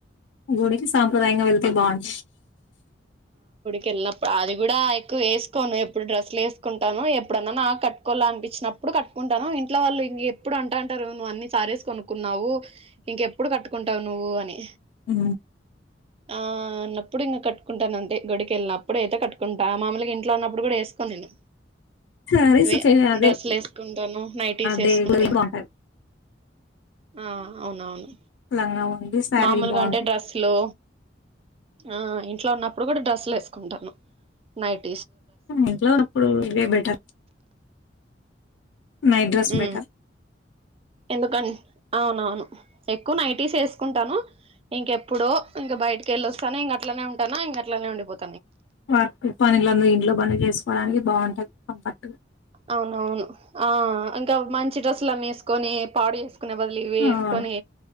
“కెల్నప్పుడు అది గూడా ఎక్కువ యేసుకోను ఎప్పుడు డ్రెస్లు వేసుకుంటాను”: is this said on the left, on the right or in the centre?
Right